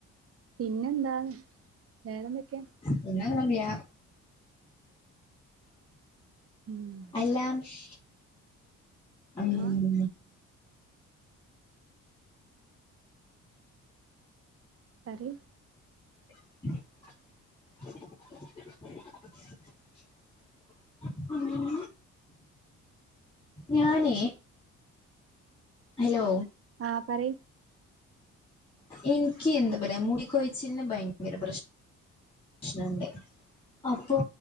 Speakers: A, on the right; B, on the left.
A: പിന്നെന്താ വേറെ എന്തൊക്ക്യാ
B: പിന്നെ ഒന്നൂല്ല
A: ഉം
B: അല്ലാംഷ് ഉം
A: ആഹ് പറയ്
B: <unintelligible> ഉം ഞാനേ ഹലോ
A: ആഹ് പറയ്
B: എനിക്ക് എന്താ പറയാ മുടിക്കൊഴച്ചിലിന് ഭയങ്കര പ്രശ് ശ്‌നണ്ട് അപ്പോ